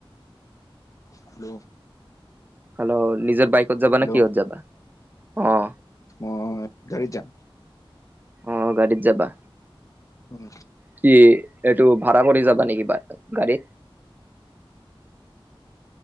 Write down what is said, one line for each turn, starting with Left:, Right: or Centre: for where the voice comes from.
Left: হেল্ল!
Right: হেল্ল! নিজৰ বাইকত যাবা
Left: হেল্ল'
Right: নে কিহত যাবা? অঁ
Left: মই গাড়ীত যাম।
Right: অঁ, গাড়ীত যাবা?
Left: উম।
Right: কি এইটো ভাড়া কৰি যাবা নেকি বা গাড়ীত?